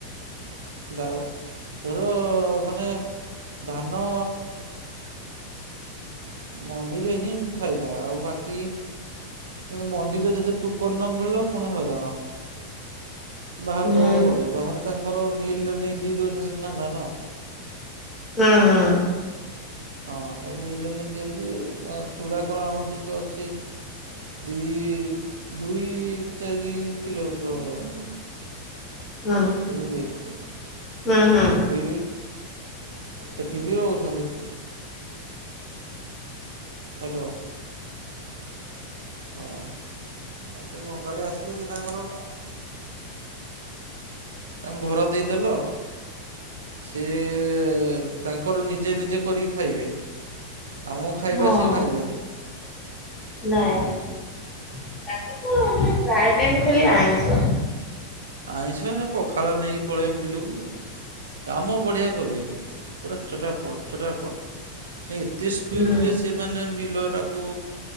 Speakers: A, on the right (about 65°); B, on the left (about 25°).
A: ବାବ ତୋର ମାନେ ଧାନ। ମଣ୍ଡିରେ ହିଁ ଫାଇଦା ଆଉ ବାକି କିନ୍ତୁ ମଣ୍ଡିରେ ଯଦି ଟୁୋକର ନ ମିଳିଲ ପୁଣି ହଇରାଣ। ବାହାରେ
B: ହୁଁ
A: ଦବାକୁ ପଡିବ ବାହାରେ ତାଙ୍କର ମିଲରେ ନେଇ ଦେଇ ଦଉଛନ୍ତି ନା ଧାନ।
B: ହୁଁ ହୁଁ।
A: ହଁ ସେ ମିଲେନି ଦିଅନ୍ତି ଚୂଡ଼ା କଳ ଆମର ସେଇଠି ଅଛି। ଦଇ ଦୁଇ ଚାର କିଲୋମିଟରା ଭଳିଆ।
B: ହୁଁ।
A: ବୁଝିଲେକି।
B: ହୁଁ ହୁଁ
A: ଠି ସେଠିଭି ରହୁଛନ୍ତି। ହ୍ୟାଲୋ। ହଁ ଆ ସେ ବଙ୍ଗାଳୀ ଆସିଲେ ସେ ତାଙ୍କର ତାଙ୍କୁ ଘର ଦେଇଦେଲ ସିଏ ତାଙ୍କର ନିଜେ ନିଜେ କରିକି ଖାଇବେ। ଆମକୁ ଖାଇବା
B: ହଁ
A: ସେ ଖାଇବେନି।
B: ନାଇଁ
A: ହୁଁ
B: <unintelligible> ପ୍ରାୟ ଟାଇମ ଖାଲି ଆଇଁଷ।
A: ଆଇଁଷ ସେ ପଖାଳ ନେଇକି ପଳେଇ ବିଲକୁ କାମ ବଢିଆ କରିବ କି ପୁରା ଚୋଟାପଟ ଚୋଟାପଟ ଏତେ ସ୍ପିଡ
B: ହୁଁ
A: ରେ ସେ ମାନେ ବିିଲର ତାକୁ